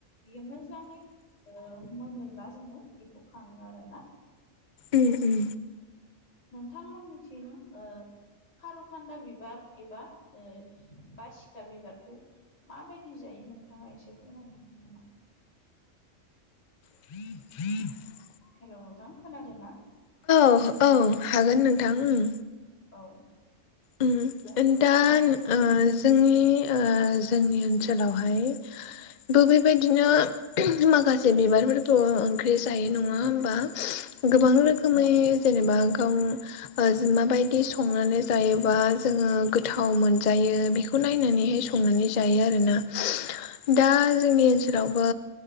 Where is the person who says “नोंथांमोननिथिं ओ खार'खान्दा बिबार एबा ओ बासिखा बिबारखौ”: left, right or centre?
Left